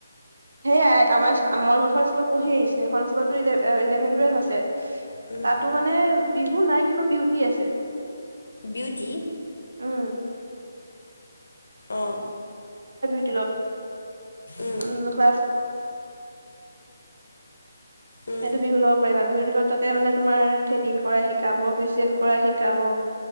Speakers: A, on the right (about 70°); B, on the left (about 80°).
A: সেয়াই আমাৰ মই এ স্কুলত পঢ়ি আহিছো এখন স্কুলতো ইলেভেন টুৱেল্ভ আছে
B: উম,
A: তাতো মানে বিহু নাই কিন্তু বিউটি আছে
B: বিউটি
A: উম
B: অঁ
A: া্ থ
B: উম
A: <unintelligible>
B: উম
A: সেইটো বিহু লগ পাৰিবা বিহুৰ দিনত তাতে মানে তোমাৰ থ্ৰেডিং কৰা শিকাব ফেচিয়েল কৰা শিকাব